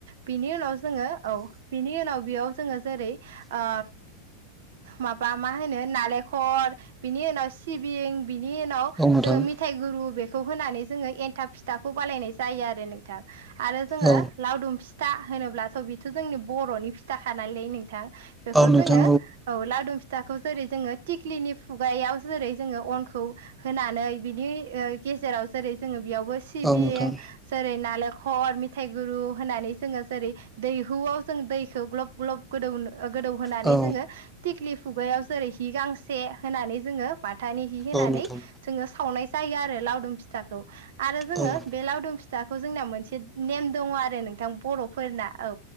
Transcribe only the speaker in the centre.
औ नोंथां
औ
औ नोंथां
औ नोंथां
औ
औ नोंथां
औ